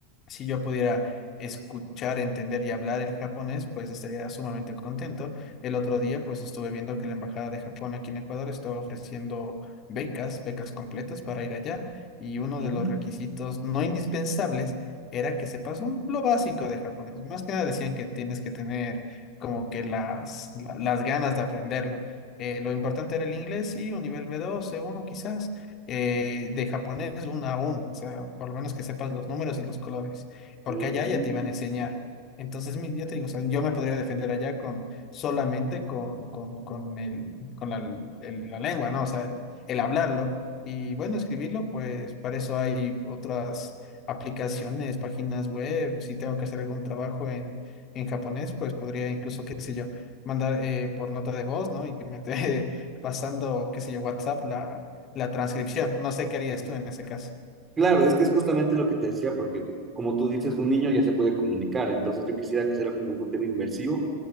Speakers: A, on the left; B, on the right.
A: si yo pudiera escuchar, entender y hablar el japonés, pues estaría sumamente contento. El otro día, pues estuve viendo que la Embajada de Japón aquí en Ecuador estaba ofreciendo becas, becas completas para ir allá, y uno
B: Ujú.
A: de los requisitos no indispensables era que sepas un- lo básico de japonés. Más que nada decían que tienes que tener como que las, la- las ganas de aprenderlo. Eh, lo importante era el inglés, sí, un nivel b dos, c uno quizás, eh, de japonés un a uno, o sea, por lo menos que sepas los números y los colores, porque
B: Mm,
A: allá ya te iban a enseñar. Entonces, mi- ya te digo, o sea, yo me podría defender allá con solamente con, con, con el, con la, el- la lengua, ¿no? O sea, el, el hablarlo. Y bueno, escribirlo, pues para eso hay otras aplicaciones, páginas web. Si tengo que hacer algún trabajo en, en japonés, pues podría incluso, qué sé yo mandar eh, por nota de voz, ¿no? Y que me esté <laughs> pasando, qué sé yo, WhatsApp la, la transcripción. No sé qué harías tú en ese caso.
B: Claro, es que es justamente lo que te decía, porque como tú dices, un niño ya se puede comunicar, entonces yo quisiera que sea como un tema inmersivo